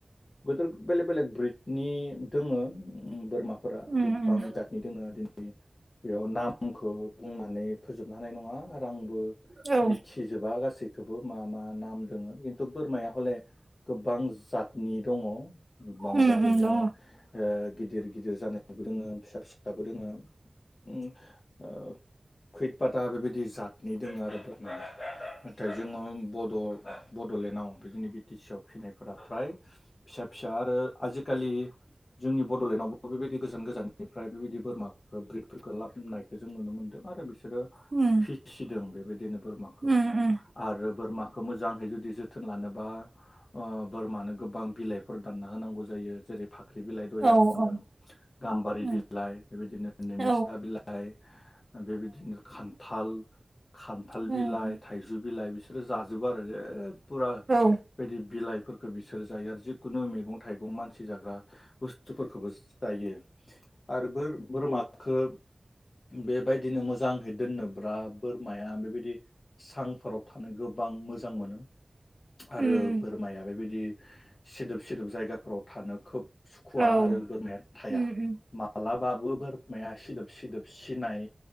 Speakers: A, on the left; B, on the right.
A: गोदोर बेलेग बेलेक ब्रिडनि दोङो बोरमाफोरा
B: उम
A: गोबां
B: उम
A: जातनि दोङो दिनै बेयाव नामखौ बुंनानै फोजोबनो हानाय नङा आरो आंबो
B: औ
A: मिथिजोबा गासैखौबो मा मा नाम दङो बोरमाया हले गोबां जातनि दङ बांजादनि
B: उम उम
A: दोङो
B: दङ
A: गिदिर गिदिर जानायबो दोङो फिसा फिसाबो दोङो खैदफाता बेबायदि जादनि दङ आरो। जोबनाय नाथाय जोङो बड'लेण्डआव बेजोंनि बि टि सि आव फिनायफोरा फ्राय फिसा फिसा आरो आजिखालि जोंनि बड'लेण्डआवबो बेबायदि गोजान गोजाननिफ्राय बेबायदि बोरमाखौ ब्रिदफोरखौ लाबनायखौ जों नुनो मोनदों आरो बिसोरो
B: उम
A: फिसिदों बेबायदिनो बोरमाखौ
B: उम उम
A: आरो बोरमा मोजै जुदि जोथोन लानोबा बोरमानो गोबां बिलाइफोर दानना होनांगौ जायो जेरै फाख्रि बिलाइ दया
B: औ
A: बुंदों
B: औ
A: गाम्बारि
B: उम
A: बिलाइ बेबायदिनो निमिस्था
B: औ
A: बिलाइ बेबायदिनो खान्थाल खान्थाल बिलाइ
B: उम
A: थाइजौ बिलाइ बिसोर रोजा जोबो आरो जे फुरा
B: औ
A: बेदि बिलाइफोरखौ बिसोर जायो आरो जिखुनु मेगं थाइगं मानसि जाग्रा बुस्थुफोरखौबो जायो आरो बोर बोरमखौ बेबायदिनो मोजाङै दोननोब्ला बोरमाया बेबायदि सांफोराव थानो गोब गोबां मोजां मोनो आरो
B: उम
A: बोरमाया बेबायदि बिदि सिदोब सिदोब जायगाफोराव थानो खोब सुखुवा
B: औ
A: आरो बोरमाया थाया
B: उम उम
A: मालाबाबो बोरा माया सिदोब सिदोब सिनाय